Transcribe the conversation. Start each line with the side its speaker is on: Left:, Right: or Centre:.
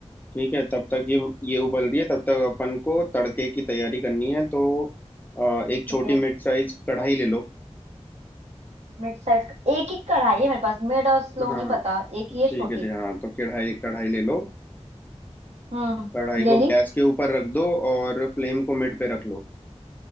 Left: ठीक है तब तक ये ये उबल रही है तब तक अपन को तड़के की तैयारी करनी है तो अ, एक छोटी
Right: ठीक है
Left: मिड साइज कढ़ाई ले लो
Right: मिड साइज एक ही कढ़ाई है मेरे पास मिड और स्लो
Left: हाँ
Right: नहीं
Left: हाँ,
Right: पता एक ही है
Left: ठीक
Right: छोटी
Left: है जी, हाँ तो कढ़ाई कढ़ाई ले लो
Right: हम्म
Left: कढ़ाई
Right: ले
Left: को गैस
Right: ली
Left: के ऊपर रख दो और फ्लेम को मिड पे रख लो